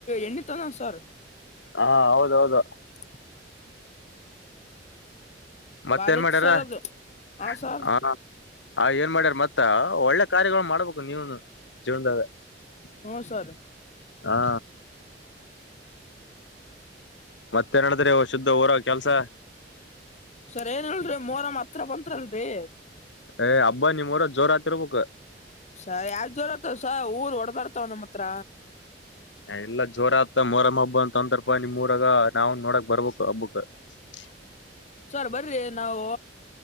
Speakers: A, on the left; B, on the left.
A: ಎಣ್ಣಿ ತಂದನ ಸರ್.
B: ಹಾ ಹೌದ ಹೌದು.
A: ಹಾ
B: ಮತ್ತೇನ
A: ಭಾರಿ ಐತ್
B: ಮಾಡ್ಯಾರ
A: ಸರ್
B: ಹ
A: ಅದು ಹಾ ಸರ್
B: ಅವನು ಆ ಏನ್ ಮಾಡ್ಯಾರ್ ಮತ್ತ ಒಳ್ಳೆ ಕಾರ್ಯಗಳು ಮಾಡ್ಬೇಕು ನೀವನು ಜೀವನ್ದಾಗ.
A: ಹು ಸರ್.
B: ಹಾ ಮತ್ತೇನ ನಡದ್ರಿ ಶುದ್ಧ ಊರ ಕೆಲ್ಸ.
A: ಸರ ಏನಿಲ್ರಿ ಮೋರಂ ಹತ್ರ ಬಂತಂಲ್ರಿ.
B: ಎ ಹಬ್ಬ ನಿಮ್ಮೋರಾಗ ಜೋರ ಆತಿರ್ಬೇಕು.
A: ಸ ಯಾಕ ಜೋರ ಆತ ಸ ಊರ್ ಹೊಡದರ್ತಾವ ನಮ್ಮ ಹತ್ರ.
B: ಎ ಇಲ್ಲಾ ಜೋರ ಆತ ಮೊರಂ ಹಬ್ಬ ಅಂತ ಅಂದರ್ಪ ನಿಮ್ಮೋರಾಗ ನಾವ ನೋಡಕ ರ್ಬಬೇಕ್ ಹಬ್ಬಕ. ಎಸ್ಕ್ಯೂಸ್.
A: ಸರ್ ಬರಿ ನಾವು